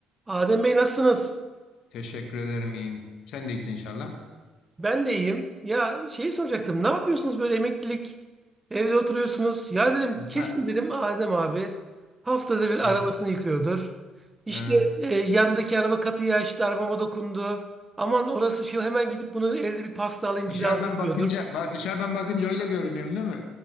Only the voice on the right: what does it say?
Adem Bey nasılsınız?
Ben de iyiyim. Ya şeyi soracaktım. Ne yapıyorsunuz böyle emeklilik? Evde oturuyorsunuz. Ya dedim
kesin dedim Adem abi haftada bir
arabasını yıkıyordur. İşte
e, yandaki araba kapıyı açtı, arabama dokundu. Aman orası şey hemen gidip bunu elde bir pasta alayım,
cilalayayım
diyordur.